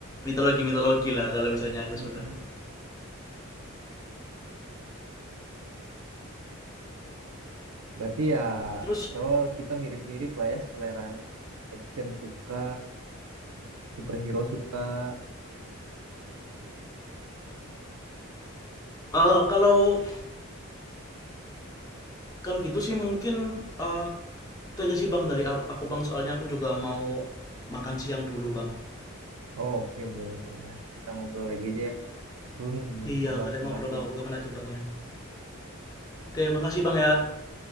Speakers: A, on the left (about 15°); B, on the right (about 85°).
A: mitologi mitologi lah kalau misalnya aku
B: Hmm.
A: suka.
B: Berarti ya
A: Terus
B: overall kita mirip-mirip lah ya seleranya. Action suka, superhero suka.
A: Eh, kalau kalau gitu sih mungkin eh itu aja sih Bang dari ap- aku Bang soalnya aku juga mau makan siang dulu Bang.
B: Oh, oke boleh boleh nanti kita ngobrol lagi aja ya. Seru nih ngomong
A: Iya,
B: ngebahas
A: kita
B: tentang
A: ngobrol
B: film.
A: kapan-kapan lagi Bang ya. Oke, makasih Bang ya.